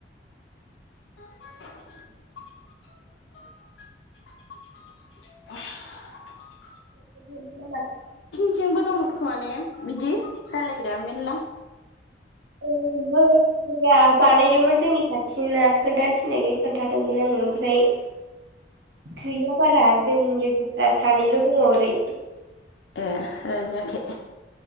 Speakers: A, on the left; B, on the right.
A: <inaudible> <inaudible>
B: ग म <inaudible>
A: थिंबो दंग खोमाने बिदि रायलायग्राया मेरला?
B: <unintelligible> गैया बानायदोंमोन जोंनि खाथिना खोनथानो थिननायखाय खोनथादोंमोन आङो ओमफ्राय गैया बारा जोंनि लोगोफ्रा सानैल' दङ ओरै।
A: ए रायलायाखै?